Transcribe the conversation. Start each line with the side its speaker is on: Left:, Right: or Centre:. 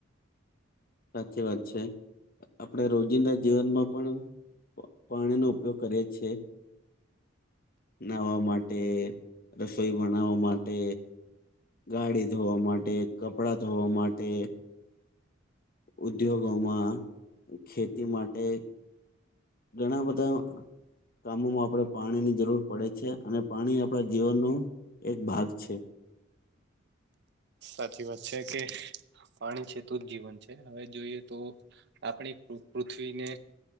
Left: સાચી વાત છે. આપણે રોજિંદા જીવનમાં પણ પાણીનો ઉપયોગ કરે છે. નહાવા માટે, રસોઈ બનાવવા માટે ગાડી ધોવા માટે, કપડા ધોવા માટે ઉદ્યોગોમાં, ખેતી માટે ઘણા બધા કામોમાં આપણે પાણીની જરૂર પડે છે. અને પાણી આપણા જીવનનું એક ભાગ છે.
Right: સાચી વાત છે, કે પાણી છે તો જ જીવન છે. હવે જોઈએ તો આપણી પૃ પૃથ્વીને